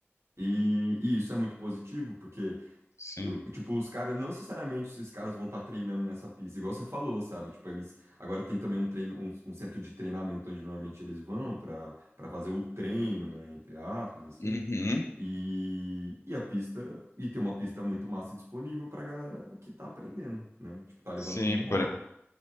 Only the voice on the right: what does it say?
E, e isso é muito positivo porque
eu- tipo, os caras, não necessariamente os caras vão estar treinando nessa pista, igual você falou, sabe? Tipo, eles agora tem também um treino, um, um centro de treinamento onde normalmente eles vão para para fazer o treino, né? Entre aspas, assim.
E, e a pista, e tem uma pista muito massa disponível pra galera que tá aprendendo, né? Tipo, tá levando
como hobby.